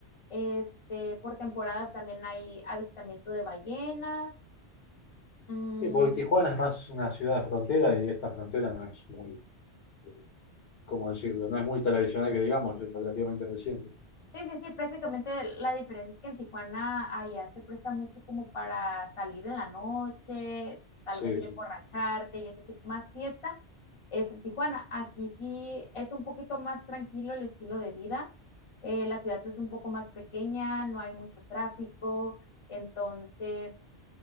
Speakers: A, on the left; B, on the left.
A: Este, por temporadas también hay avistamiento de ballenas. mm,
B: Sí, porque Tijuana es más una ciudad de frontera y esta frontera no es muy, eh, ¿cómo decirlo? No es muy tradicional que digamos, es relativamente reciente.
A: Sí, sí, sí, prácticamente la diferencia es que en Tijuana allá se presta mucho como para salir en la noche, tal
B: Sí,
A: vez ir
B: sí.
A: a emborracharte y ese tipo, más fiesta es en Tijuana. Aquí sí es un poquito más tranquilo el estilo de vida. eh, la ciudad es un poco más pequeña, no hay mucho tráfico, entonces